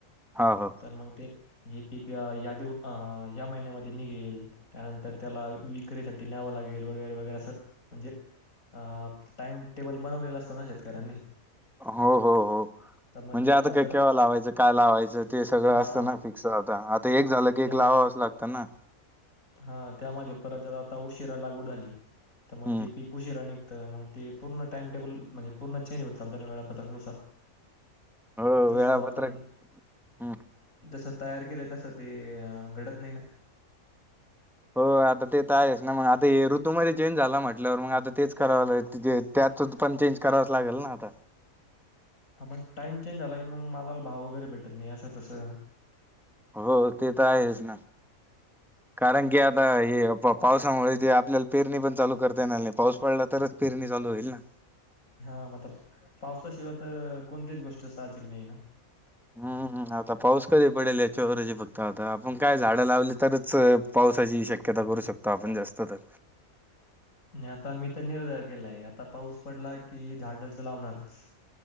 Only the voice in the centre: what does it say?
हो हो
हो हो हो.
म्हणजे
आता काय
केव्हा लावायचं काय लावायचं ते सगळं
असताना फिक्स आता एक झालं की, एक
लावावंच लागत. त्यांना.
हम्म
हो
वेळापत्रक
हम्म
हो आता ते तर आहेस ना मग आता ऋ तु मध्ये चेंज झाला म्हटल्यावर मग आता तेच करावं ला त्यातच पण चेंज करावच लागेल ना आता.
हो ते तर आहेच ना कारण की, आता हे आप पावसामुळे ते आपल्याला पेरणी पण चालू करता येणार नाही पाऊस पडला तरच पेरणी चालू होईल ना.
हम्म आता पाऊस कधी पडेल याच्यावर ज फक्त आता आपण काय झाडं लावली तरच पावसाची शक्यता करू शकतो. त आपण जास्त तर.